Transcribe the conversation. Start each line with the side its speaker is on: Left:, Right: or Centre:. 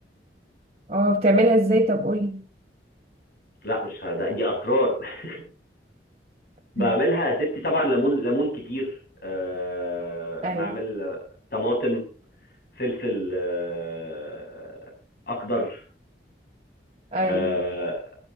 Right: اه بتعملها ازاي طب قولي
Left: لا مش ه- ده دي اسرار <laughs>
Right: <laughs>
Left: بعملها يا ستي طبعا ليمون ليمون كتير أه
Right: ايوه
Left: بعمل طماطم فلفل آه، اخضر
Right: ايوه
Left: آه،